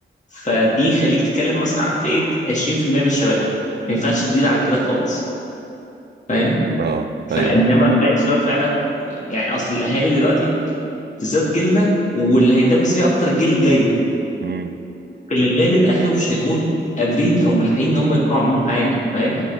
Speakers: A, on the left; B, on the right.
A: فدي خليك تتكلم مثلا عن فئه 20% من الشباب ما ينفعش تزيد عن كده خالص فاهم
B: اه ايوه
A: فانما باقي الشباب فعلا يعني اصل الاهالي دلوقتي بالذات جيلنا واللي هيدبس فيه اكتر الجيل الجاي
B: امم
A: في الغالب اهله مش هيكون قادرين او ملحقين ان هم يكونوا عاملين له حاجه فاهم